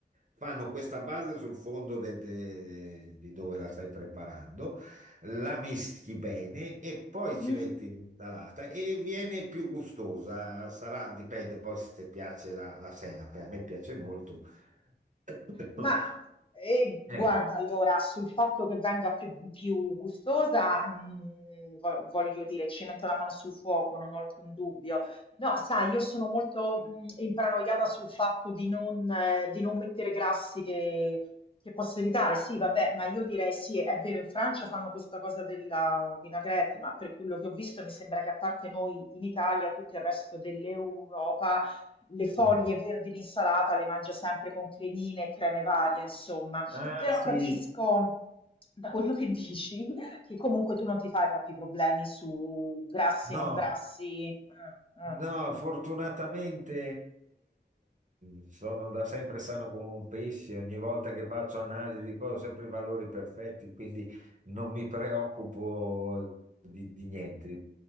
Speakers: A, on the right; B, on the left.
A: fanno questa base sul fondo de- de- di dove la stai preparando, la mischi bene e poi
B: mhm.
A: ci metti l'insalata e viene più gustosa, sarà, dipende poi se piace la, la senape, a me piace molto. <coughs>
B: Ma eh,
A: Eh,
B: guarda, allora, sul fatto che venga più, più gustosa, mh, vo- voglio dire, ci metto la mano sul fuoco, non ho alcun dubbio. No, sai, io sono molto mh, imparanoiata sul fatto di non, eh, di non mettere grassi che, che posso evitare. Sì, vabbè, ma io direi sì, è vero, in Francia fanno questa cosa della vinaigrette, ma per quello che ho visto mi sembra che a parte noi in Italia, tutto il resto dell'Europa le foglie
A: mm.
B: verdi di insalata le mangia sempre con cremine e creme varie, insomma.
A: Ah
B: Però
A: sì,
B: capisco da quello che dici che comunque tu non ti fai troppi problemi su grassi,
A: no.
B: non grassi. Mm,
A: No, fortunatamente eh, sono da sempre sano come un pesce, ogni volta che faccio analisi di cose ho sempre i valori perfetti, quindi non mi preoccupo di, di niente.